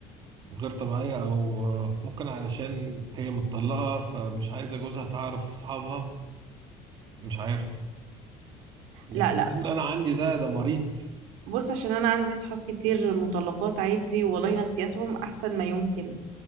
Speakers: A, on the right; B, on the right.
A: غير طبيعية او آه، ممكن علشان هي متطلقة فمش عايزة جوزها تعرف اصحابها مش عارف لكن
B: لا لا
A: اللي انا عندي ده ده مريض
B: بص عشان انا عندي صحاب كتير مطلقات عادي والله نفسياتهم احسن ما يمكن